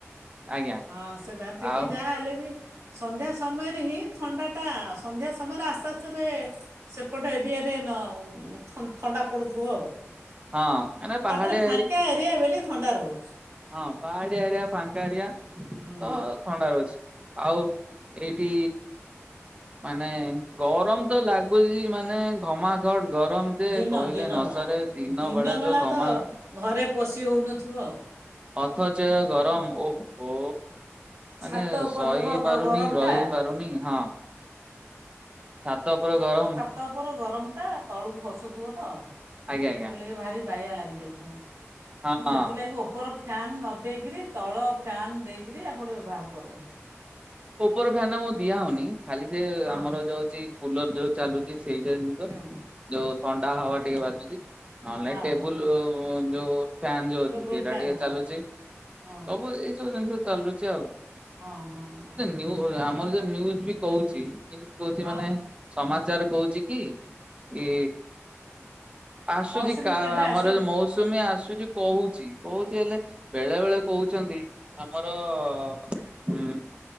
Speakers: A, on the right (about 25°); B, on the right (about 75°).
A: ଆଜ୍ଞା।
B: ହଁ ସେ ଦାର ଟିକେ
A: ଆଉ
B: ଯାହା ହେଲେ ବି ସନ୍ଧ୍ୟା ସମୟରେ ହିଁ ଥଣ୍ଡାଟା ସନ୍ଧ୍ୟା ସମୟରେ ଆସ୍ତେ ଆସ୍ତେ ରେ ସେପଟେ ଏରିଆରେ ନଉ ଥଣ୍ଡା ପଡ଼ୁଥିବ ଅ
A: ହଁ ମାନେ ପାହାଡିଆ
B: ତାପରେ ଫାଙ୍କା ଏରିଆ ବଲି ଥଣ୍ଡା ରହୁଚି।
A: ହଁ ପାହାଡିଆ ଏରିଆ ଫାଙ୍କା ଏରିଆ ତ
B: ହୁଁ
A: ଥଣ୍ଡା ରହୁଛି। ଆଉ ଏଇଠି ମାନେ ଗରମ ତ ଲାଗୁଛି ମାନେ ଘମା ଗଡ୍‌ ଗରମ ଯେ
B: ଦିନ
A: କହିଲେ
B: ଦିନବେଳା
A: ନସରେ ଦିନ
B: ଦିନବେଳା
A: ବେଳା ଯୋଉ ଘମାଘ
B: ତ ଘରେ ପଶି ହୋଉନଥିବ ଆଉ।
A: ଅଥଚ ଗରମ ଓହୋ। ମାନେ
B: ଛାତ ଉପରର
A: ସହି ପାରୁନି
B: ଗ- ଗରମଟା
A: ରହି ପାରୁନି ହଁ। ଛାତ ଉପର ଗରମ
B: ତା ଉପର ଗରମ ଟା ତଳକୁ ଖସୁଥିବ ତ
A: ଆଜ୍ଞା
B: ସେଥିଲେ
A: ଆଜ୍ଞା
B: ଭାରି ବାଇଆ ଲାଗି ଯାଉଥିବ ତ
A: ହଁ।
B: ମୁଁ ସେଠି ଲାଗି ଉପର ଫ୍ୟା ଫ୍ୟାନ୍ ନ ଦେଇକରି ତଳ ଫ୍ୟାନ୍ ଦେଇକରି ଆପଣ ବ୍ୟବହାର କରନ୍ତୁ।
A: ଉପର ଫ୍ୟାନ ଆମ ଦିଆ ହୋଉନି ଖାଲି ସେ
B: ହଁ
A: ଆମର ଯୋଉ ଅଛି କୁଲର ଯୋଉ ଚାଲୁ ଇଏ ସେଇ ଟାଇପ୍
B: ହଁ
A: ର ଯୋଉ ଥଣ୍ଡା ହ୍ୟାୱା ଟିକେ ବାଜୁଚି। ନହେଲେ
B: ହଁ
A: ଟେବୁଲ
B: ହଁ ହଁ
A: ଯୋଉ ଫ୍ୟାନ ଯୋଉ ଅଛି
B: ଟେବୁଲ୍
A: ସେଇଟା
B: ଫ୍ୟାନ୍
A: ଟିକେ
B: ହଁ
A: ଚାଲୁଚି।
B: ହଁ
A: ସବୁ ଏଇ ସବୁ ଜିନିଷ ଚାଲୁଚି ଆଉ।
B: ହଁ ହଁ ହଁ।
A: ନିୟୁ ଆମର ଯୋଉ ନିୟୁଡି କହୁଛି କହୁଛି
B: ହଁ
A: ମାନେ ସମାଚାର କହୁଛି କି ଇ ଆସୁଚି
B: ମୌସୁମୀ
A: କା
B: କେବେ
A: ଆମର
B: ଆସିବ
A: ମୋଉ ସୁମୀ ଆସୁଚି କହୁଚି କହୁଚି ହେଲେ ବେଳେ ବେଳେ କହୁଛନ୍ତି। ଆମର ଉଁ